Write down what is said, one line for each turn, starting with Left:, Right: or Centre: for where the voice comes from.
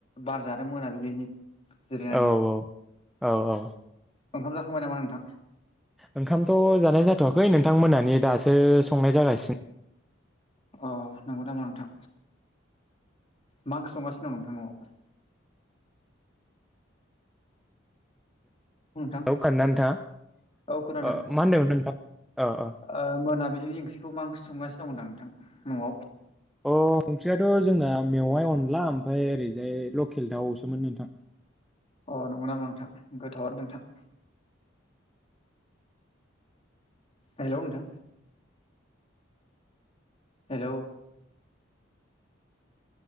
Left: बार जादों मोनाबिलिनि जिरायनानै
Centre: औ औ औ औ
Left: ओखाम जाखांबाय नामा नोंथां
Centre: ओंखामथ जानाय जाथवाखै नोंथां मोनानि दासो संनाय जागासिनो
Left: अ नंगौ नामा नोंथां मा ओंख्रि संगासिनो दं नोंथां न'वाव नोंथां
Centre: औ खोनादोंना
Left: औ
Centre: नोंथाङा
Left: खोनादों
Centre: ओ मा होनदोंमोन नोंथां अ अ
Left: ओ मोनाबिलिनि ओंख्रिखौ मा ओंख्रि संगासिनो दं दां नोंथां न'वाव
Centre: अ ओंख्रियाथ जोंना मेवाइ अनला ओमफ्राय ओरैजाय लकेल दाउसोमोन नोंथां
Left: अ नंगौ नामा नोंथां गोथावानो नोंथां हेलौ नोंथां हेलौ